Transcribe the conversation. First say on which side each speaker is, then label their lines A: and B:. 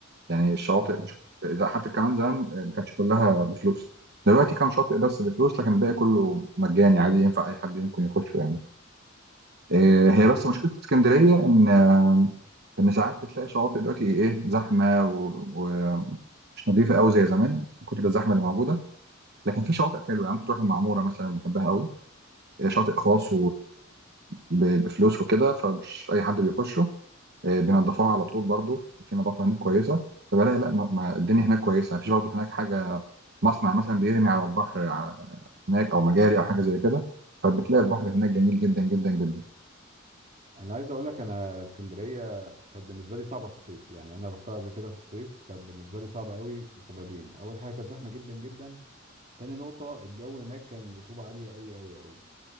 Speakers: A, on the right (about 55°); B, on the right (about 35°).
A: يعني الشواطئ
B: اه
A: مش إذا حتى كمان زمان آه، ما كانتش كلها بفلوس دلوقتي كام شاطئ بس بفلوس لكن الباقي كله مجاني عادي ينفع اي حد يمكن يخشه يعني آه، هي
B: كويس
A: بس مشكله اسكندريه ان آه، ان ساعات بتلاقي شواطئ دلوقتي ايه زحمه ومش نظيفه قوي زي زمان من كتر الزحمه اللي موجوده لكن في شواطئ حلوه يعني ممكن تروح المعموره مثلا بحبها قوي شاطئ خاص وبفلوس وكده فمش اي حد بيخشه آه، بينضفوها على طول برضو في نظافه هناك كويسه فبلاقي لا ما ما الدنيا هناك كويسه مفيش برضو هناك حاجه مصنع مثلا بيرمي على البحر على هناك او مجاري او حاجه زي كده فبتلاقي البحر هناك جميل جدا جدا جدا
B: انا عايز اقول لك انا اسكندريه كانت بالنسبه لي صعبه في الصيف يعني انا رحتها قبل كده في الصيف كانت بالنسبه لي صعبه قوي بسببين اول حاجه كانت زحمه جدا جدا تاني نقطه الجو هناك كان رطوبه عاليه قوي قوي قوي